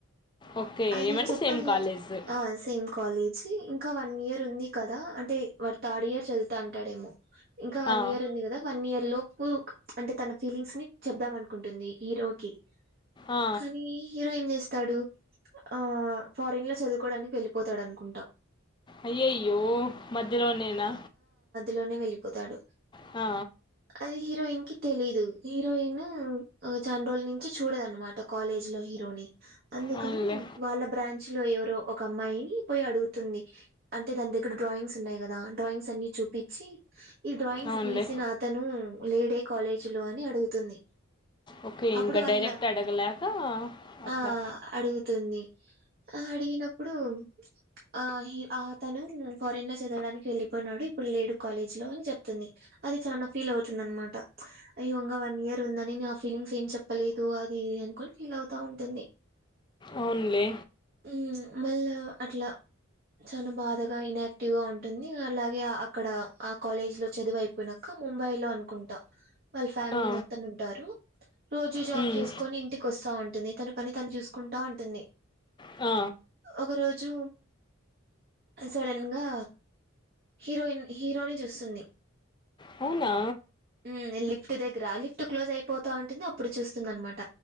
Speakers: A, on the left; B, on the right.
A: ఓకే.
B: అది
A: ఏమంటే
B: చెప్పాల్
A: సేమ్ కాలేజు.
B: ఆ సేమ్ కాలేజ్ అంటే ఇంకా వన్ ఇయర్ ఉంది కదా అంటే వాడు థర్డ్ ఇయర్ చదువుతాటాడేమో ఇంకా వన్
A: ఆ!
B: ఇయర్ ఉంది కదా వన్ ఇయర్ లోపు అంటే తన ఫీలింగ్స్ ని చెబుదాం అనుకుంటుంది హీరో కి
A: ఆ!
B: కానీ హీరో ఏం చేస్ తడు ఆ ఫారిన్ లో చదువుకోవడానికి వెళ్ళిపోతాడు అనుకుంటాం
A: అయ్యయ్యో మధ్యలోనేనా
B: లోనే వెళ్ళిపోతాడు
A: ఆ
B: అది హీరోయిన్ కి తెలీదు హీరోయిన్ చన రోళ నుంచి చూడదు అనమాట కాలేజ్ లో హీరోని అందుకని
A: అవునులే.
B: వాళ్ళ బ్రాంచ్ చ్ లో ఎవరో ఒక అమ్మాయిని పోయి అడుగుతుంది అంటే దాని దగ్గర డ్రాయింగ్స్ ఉన్నాయి కదా డ్రాయింగ్స్ అన్ని చూపించి ఈ డ్రయింగ్స్
A: అవునులే.
B: గీసిన అ ఉమ్ లేడే కాలేజీ లో అని అడుగుతుంది
A: ఓకే
B: అప్పుడు
A: ఇంకా
B: వాళ్ళ
A: డైరెక్ట్ అడగలేక అట్లా
B: ఆ అడుగుతుంది ఆ అడిగినప్పుడు ఆ హి ఆతను ఫారెన్ లో చదవడానికి వెళ్ళిపోయినాడు, ఇప్పుడు లేడు కాలేజ్ లో అని చెప్తుంది అది చన ఫీల్ అవుతుంది అనమాట, ఈ వంగ వన్ ఇయర్ ఉందని న ఆ ఫీలింగ్స్ ఏం చెప్పలేదు, అది ఇది అనుకని ఫీల్ అవుతా ఉంటుంది.
A: అవునులే
B: మ్ మళ్ళా అట్లా చాలా బాధగా ఇనాక్టివ్గా ఉంటుంది, అలాగే అక్కడ ఆ కాలేజ్ లో చదువు అయిపోయినాక, ముంబై లో అనుకుంటా వాళ్ళ ఫ్యామిలీ
A: ఆ!
B: మొత్తం ఉంటారు. రోజు జాబ్
A: హ్మ్.
B: చేసుకొని ఇంటికి వస్తా ఉ ఉంటుంది తన పని తను చూసుకుంటా ఉంటుంది
A: ఆ
B: ఒక రోజు సడన్ గా హీరోయిన్ హీరో ని చూస్తుంది,
A: అవునా
B: మ్ లిఫ్ట్ దగ్గర లిఫ్ట్ క్లోజ్ అయిపోతా ఉంటుంది అప్పుడు చూస్తుంది అనమాట